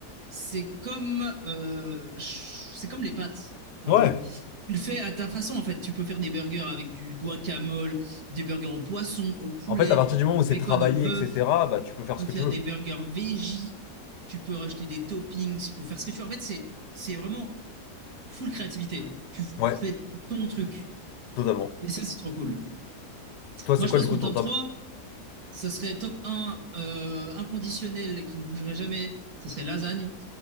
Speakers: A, on the right (about 65°); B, on the left (about 85°).
A: c'est comme, euh, ch- c'est comme les pâtes, un
B: Ouais.
A: peu. Tu le fais à ta façon, en fait. Tu peux faire des burgers avec du guacamole, des burgers au poisson, au poulet,
B: En fait, à partir du moment
A: au
B: où
A: bacon,
B: c'est travaillé,
A: au bœuf.
B: etc., bah, tu peux faire
A: Tu peux
B: ce que
A: faire
B: tu veux.
A: des burgers veggie. Tu peux rajouter des toppings. Tu peux faire ce que tu veux. En fait, c'est, c'est vraiment full créativité. Tu
B: Ouais,
A: fais ton truc.
B: totalement.
A: Et ça, c'est trop cool.
B: Toi, c'est
A: Moi, je
B: quoi
A: pense
B: du coup
A: que mon
B: ton
A: top
B: top?
A: 3. Ça serait top un euh, inconditionnel qui ne bougerait jamais. Ça serait lasagne.